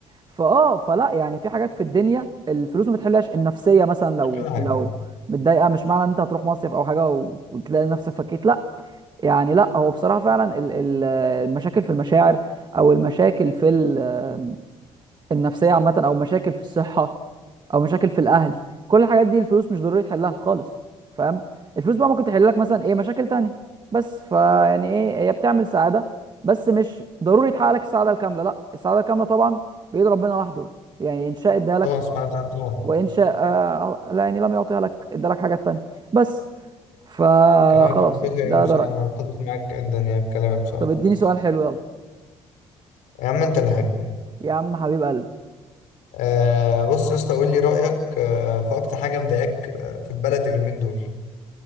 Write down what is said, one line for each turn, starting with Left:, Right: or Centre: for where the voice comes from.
Right: فاه فلا يعني في حاجات في الدنيا الفلوس ما بتحلهاش النفسيه مثلا لو
Left: مش كل حاجه
Right: لو متضايقه مش معنى ان انت هتروح مصيف او حاجه و- وتلاقي نفسك فكيت لا يعني لا هو بصراحه فعلا ال- ال- المشاكل في المشاعر او المشاكل في ال- النفسيه عامه او مشاكل في الصحه او مشاكل في الاهل كل الحاجات دي الفلوس مش ضروري تحلها خالص فاهم الفلوس بقى ممكن تحل لك مثلا ايه مشاكل تانية بس فيعني ايه هي بتعمل سعاده بس مش ضروري تحقق لك السعاده الكامله لا السعاده الكامله طبعا بايد ربنا وحده يعني ان شاء اداها لك
Left: طبعا سبحانه وتعالى طبعا
Right: وان شاء آه لا يعني لم يعطيها لك ادالك حاجات تانية بس فخلاص
Left: كلامك منطقي
Right: يعني
Left: يعني
Right: ده
Left: بصراحة
Right: ده رايي
Left: أتفق معاك جدا يعني في كلامك بصراحة
Right: طب اديني سؤال حلو يلا
Left: يا عم أنت اللي حلو
Right: يا عم حبيب قلبي
Left: آه بص يا اسطى قول لي رأيك آه في أكتر حاجة مضايقاك آه، في البلد اليومين دول